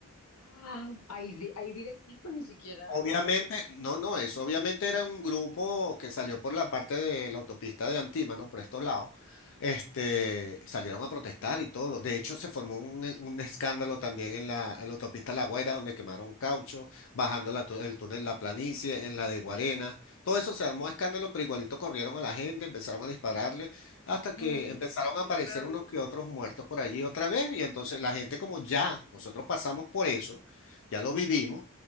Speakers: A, on the left; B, on the left.
A: Ah, ahí, di- ahí directico ni siquiera
B: Obviamente,
A: lo...
B: no, no, eso obviamente era un grupo que salió por la parte de la autopista de Antímano, por estos lados. Este, salieron a protestar y todo. De hecho, se formó un, e- un escándalo también en la, en la autopista La Guaira, donde quemaron caucho, bajando la tu- el túnel La Planicie, en la de Guarena. Todo eso se armó escándalo, pero igualito corrieron a la gente, empezaron a dispararle, hasta que
A: Ay, no,
B: empezaron a
A: qué
B: aparecer
A: rabia.
B: unos que otros muertos por allí otra vez. Y entonces la gente, como ya nosotros pasamos por eso, ya lo vivimos